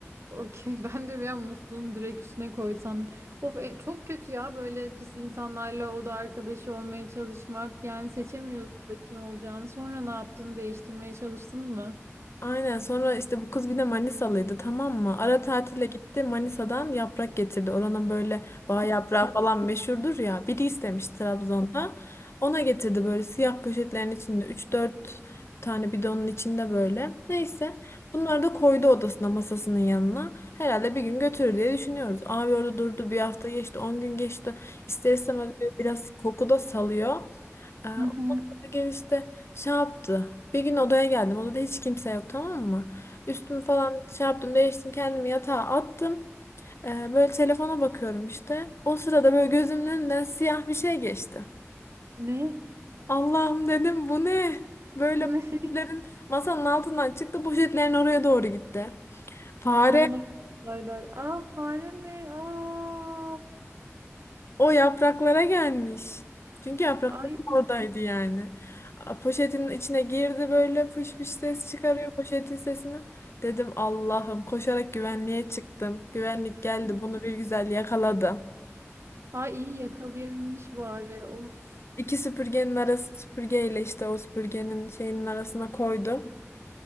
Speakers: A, on the right; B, on the left.
A: Okey. <laughs> Ben de bir an musluğun direkt üstüne koysam. Of e, çok kötü ya böyle pis insanlarla oda arkadaşı olmaya çalışmak. Yani seçemiyorsun da kim olacağını. Sonra ne yaptın? Değiştirmeye çalıştın mı?
B: Aynen sonra işte bu kız bir de Manisalıydı tamam mı? Ara tatile gitti Manisa'dan yaprak getirdi. Oranın böyle bağ yaprağı falan meşhurdur ya. Biri istemiş Trabzon'da. Ona getirdi böyle siyah poşetlerin içinde üç dört tane bidonun içinde böyle. Neyse bunları da koydu odasına masasının yanına. Herhalde bir gün götürür diye düşünüyoruz. Abi orada durdu bir hafta geçti 10 gün geçti. İster istemez böyle biraz koku da salıyor. Ee, ondan
A: Hı hı.
B: sonra gel işte şey yaptı. Bir gün odaya geldim. Odada hiç kimse yok tamam mı? Üstümü falan şey yaptım değiştim kendimi yatağa attım. Ee, böyle telefona bakıyorum işte. O sırada böyle gözümün önünden siyah bir şey geçti.
A: Ne?
B: Allah'ım dedim bu ne? Böyle
A: Ne?
B: poşetlerin masanın altından çıktı poşetlerin oraya doğru gitti.
A: <laughs>
B: Fare
A: Paranormal olaylar. Aa fare mi? Aa.
B: O yapraklara gelmiş. Çünkü yaprakları
A: Ay.
B: oradaydı yani. A, Poşetin içine girdi böyle fış fış ses çıkarıyor poşetin sesini. Dedim Allah'ım koşarak güvenliğe çıktım. Güvenlik geldi bunu bir güzel yakaladı.
A: Ay iyi yakalayabilmiş bari. Of.
B: İki süpürgenin arası süpürgeyle işte o süpürgenin şeyinin arasına koydum.